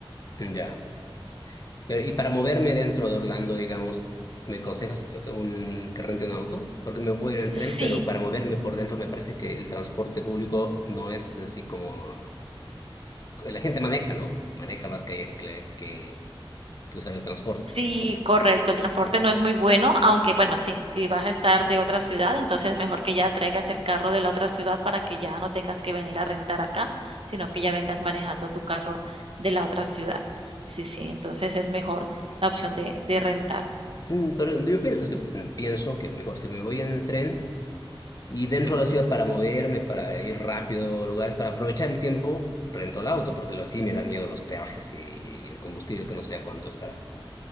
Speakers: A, on the left; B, on the right.
A: ya. Pero, y para moverme dentro de Orlando, digamos, ¿me aconsejas eh, un, que rente un auto? Porque me puedo ir en
B: Sí,
A: tren, pero para moverme por dentro me parece que el transporte público no es así como... La gente maneja, ¿no? Maneja más que, que, que, que usar el transporte.
B: Sí, correcto. El transporte no es muy bueno, aunque bueno, sí, si vas a estar de otra ciudad, entonces mejor que ya traigas el carro de la otra ciudad para que ya no tengas que venir a rentar acá, sino que ya vengas manejando tu carro de la otra ciudad. Sí, sí, entonces es mejor la opción de, de rentar.
A: Mm, pero yo pienso, es que, mm, pienso que mejor si me voy en tren y dentro de la ciudad para moverme, para ir rápido a lugares, para aprovechar el tiempo, rento el auto, porque lo sí me dan miedo los peajes y el combustible, que no sé a cuánto estará.